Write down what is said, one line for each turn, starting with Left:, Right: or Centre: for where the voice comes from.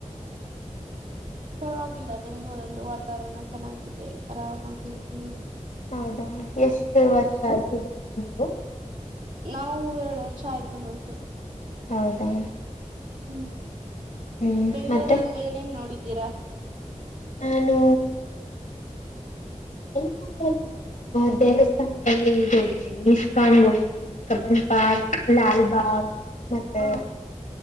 Left: <inaudible>
Right: ಪರವಾಗಿಲ್ಲ ಬೆಂಗ್ಳೂರಲ್ಲೂ ವಾತಾವರಣ ಚೆನ್ನಾಗಿದೆ ಆರಾಮಾಗಿರ್ತೀವಿ.
Left: ಹೌದಾ ಎಷ್ಟು ವರ್ಷ
Right: ಹ
Left: ಆಯ್ತು ಬಂದು ನೀವು.
Right: ನಾವು ಎರಡು ವರ್ಷ ಆಯ್ತು ಬಂದು.
Left: ಹೌದಾ
Right: ಹ್ಮ್
Left: ಹ್ಮ್
Right: ಬೆಂಗ್ಳೂರಲ್ಲಿ
Left: ಮತ್ತೆ
Right: ಏನೇನ್ ನೋಡಿದ್ದೀರಾ.
Left: ನಾನು <unintelligible> ಆ ದೇವಸ್ಥಾನಗಳಲ್ಲಿ ಈಗ ಹೋಗಿದ್ದೀನಿ ಇಸ್ಕಾನ್ಗೆ ಹೋಗಿದ್ದೀನಿ ಕಬನ್ ಪಾರ್ಕ್ ಲಾಲ್ಬಾಗ್. ಮತ್ತೆ
Right: ಹ